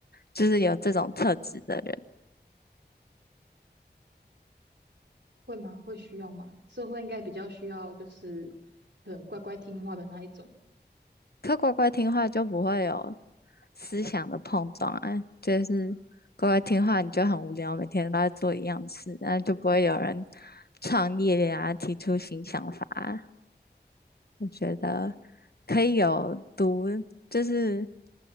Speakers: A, on the left; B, on the right.
A: 就是有这种特质的人。
B: 会吗？会需要吗？社会应该比较需要，就是可能乖乖听话的那一种。
A: 可乖乖听话就不会有思想的碰撞啊，就是乖乖听话你就很无聊，每天都在做一样的事，那就不会有人创业呀，提出新想法啊我觉得可以有独，就是